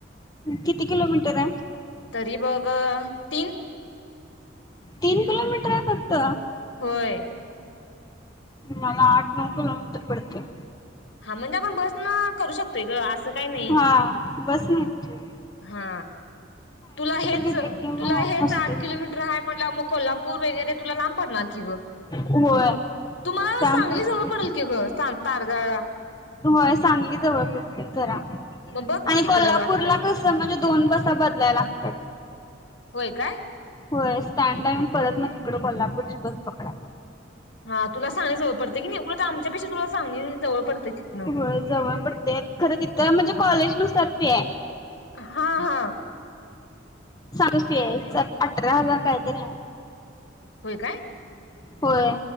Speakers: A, on the left; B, on the left.
A: किती किलोमीटर आहे.
B: तरी बघ तीन.
A: तीन किलोमीटर आहे फक्त.
B: होय.
A: मला आठ नऊ किलोमीटर पडते.
B: हा म्हणजे आपण बस न करू शकतोय ग असं काही नाही
A: हा बस न येतंय.
B: हा तुला हेच
A: तर गेले की
B: तुला
A: मग
B: हेच
A: हॉस्टेल
B: आठ किलोमीटर. मीटर आहे म्हंटल्यावर कोल्हापूर वगैरे तुला लांब पडणार कि ग.
A: होय
B: तुम्हाला
A: त्यामुळे
B: सांगली जवळ पडेल की ग तारदाळ ला.
A: होय सांगली जवळ पडतंय जरा.
B: मग बघ
A: आणि
B: की तिकडं
A: कोल्हापूरला
B: वाटलंस
A: कस म्हणजे दोन बसा बदलायला लागतात.
B: होय काय?
A: होय स्टँड ला येऊन परत मग तिकड कोल्हापूरची बस पकडाय.
B: हा तुला सांगली जवळ पडते कि नाही उगाच आमच्या पेक्षा तुला सांगली जवळ पडते. तिथनं.
A: हो जवळ पडते खरं तिथं म्हणजे कॉलेज नुसार फी आहे.
B: हा हा.
A: चालूच की पठरा हजार कायतरी आहे.
B: होय काय.
A: होय.